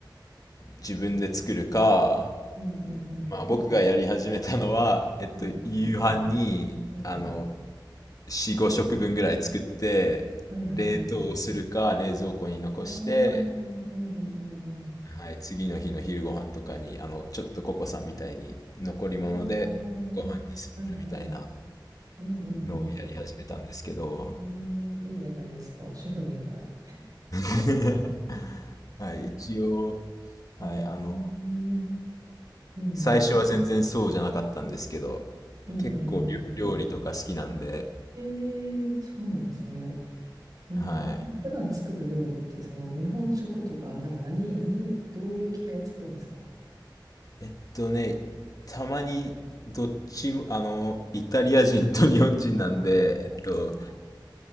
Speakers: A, on the left; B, on the right.
A: 自分で作るか、
B: うんうんうん。
A: まあ僕がやり始めたのは、えっと、
B: うんうん
A: 夕飯に、
B: うんうん。
A: あの、4、5食分ぐらい作って、
B: はいはい。
A: 冷凍するか、冷蔵庫に残して、
B: ああ、うんうんうんうん。
A: はい、次の日の昼ご飯とかに、あの、ちょっとココさんみたいに残り物でご飯にするみたいな
B: ああ、はいはい。うんうんうんうん。
A: のをやり始めたんですけど、
B: ええいいじゃないですか。主婦みたい。
A: <laughs> はい、一応、
B: ええうん
A: はい、あの、
B: うん。
A: 最初は全然そうじゃなかったんですけど、
B: うんうんうん。
A: 結構りょ料理とか好きなんで、
B: ええそうなんですね。うん。
A: はい。
B: なんか普段作る料理って、その日本食とか、なんか何、何、どういう系を作るんですか
A: えっとね、たまにどっちも、あの、イタリア人と日本人なんで、
B: ああー、
A: えっと、
B: そっかそっか。